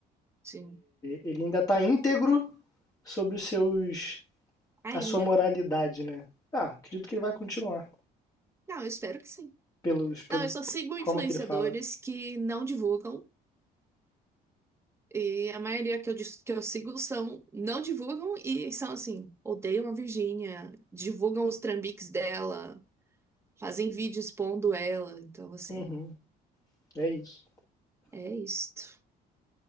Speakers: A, on the right; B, on the left.
A: sim.
B: Ele ainda está íntegro sobre os seus
A: Ainda.
B: a sua moralidade, né? Ah, acredito que ele vai continuar
A: Não, eu espero que sim.
B: pelos
A: Não,
B: pelo
A: eu só sigo influenciadores
B: como que ele fala.
A: que não divulgam. E a maioria que eu, dis- que eu sigo são não divulgam e são assim, odeiam a Virgínia, divulgam os trambiques dela, fazem vídeo expondo ela. Então, assim,
B: Uhum, é isso.
A: é isto.